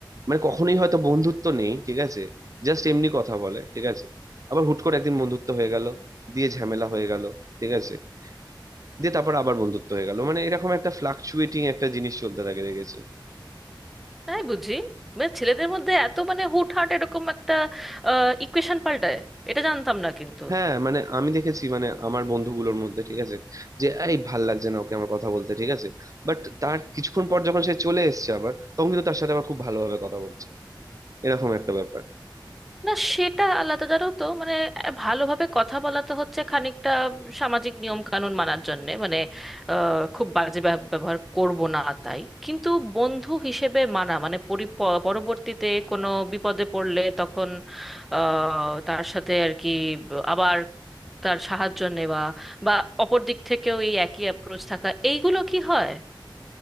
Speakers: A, on the right (about 45°); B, in the centre.
A: মানে কখনোই হয়তো বন্ধুত্ব নেই ঠিক আছে জাস্ট এমনি কথা বলে ঠিক আছে আবার হুট করে একদিন বন্ধুত্ব হয়ে গেল দিয়ে ঝামেলা হয়ে গেল ঠিক আছে দিয়ে তারপর আবার বন্ধুত্ব হয়ে গেল মানে এরকম একটা ফ্লাকচুয়েটিং একটা জিনিস চলতে থাকে দেখেছি
B: তাই বুঝি মানে ছেলেদের মধ্যে এত মানে হুটহাট এরকম একটা ইকুয়েশন পাল্টায় এটা জানতাম না কিন্তু
A: হ্যাঁ মানে আমি দেখেছি মানে আমার বন্ধুগুলোর মধ্যে ঠিক আছে যে এই ভাল লাগছে না ওকে আমার কথা বলতে ঠিক আছে বাট তার কিছুক্ষণ পর যখন সে চলে এসেছে আবার তখন কিন্তু তার সাথে আবার খুব ভালোভাবে কথা বলছে এরকম একটা ব্যাপার
B: না সেটা আলাদা জানো তো মানে আহ, ভালোভাবে কথা বলা তো হচ্ছে খানিকটা সামাজিক নিয়ম কানুন মানার জন্যে মানে আহ, খুব বাজে ব্যব- ব্যবহার করব না তাই কিন্তু বন্ধু হিসেবে মানা মানে পরি- প- পরবর্তীতে কোনো বিপদে পড়লে তখন আহ, তার সাথে আর কি আবার তার সাহায্য নেওয়া বা অপর দিক থেকেও এই একই অ্যাপ্রোচ থাকা এইগুলো কি হয়